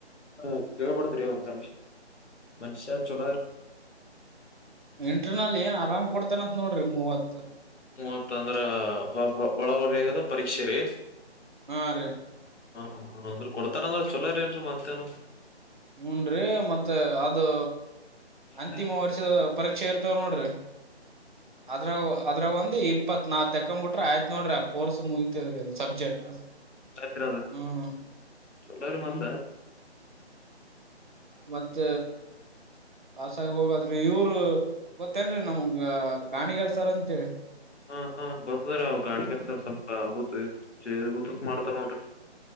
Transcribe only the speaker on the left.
ಹ ಕೇಳ್ಬಡ್ತರಿಂತಲ್. ಮನುಷ್ಯ್ಯಾ ಚೋಲಾರ.
ಮೂವತ್ ಅಂದ್ರ ಒಳ ಹೊರೆಯಾಗದ ಪರೀಕ್ಷೆ ರೀ.
ಹಾ ಹ ಅಂದ್ರ ಕೊಡ್ತಾರಂದ್ರೆ ಚಲೋ ರೇ ಮತ್ತೇನ.
ಹಾ ರೀ
ತ್ಟ
ಚಲ್ಲ್ರ ಮಾತ
ಹಾ ಹಾ ಗೊತ್ತದ್ರ ಅವ ಗಾಣಿಗರ ಸರ್ ಸ್ವಲ್ಪ ಊ ಊತತ್ ಮಾಡ್ತಾರ ನೋಡ್ರಿ